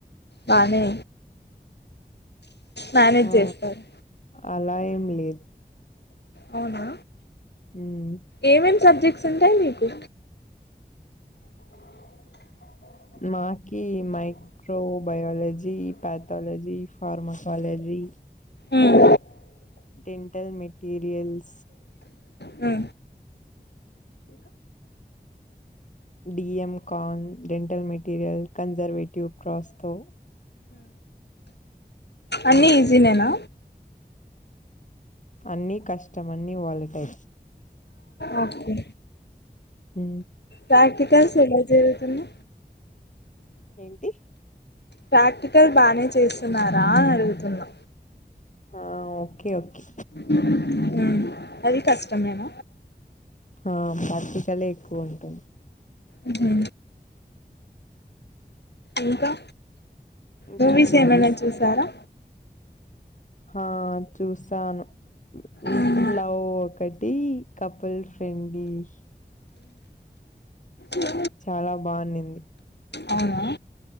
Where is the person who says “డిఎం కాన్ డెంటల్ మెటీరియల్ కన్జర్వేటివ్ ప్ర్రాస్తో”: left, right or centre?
Left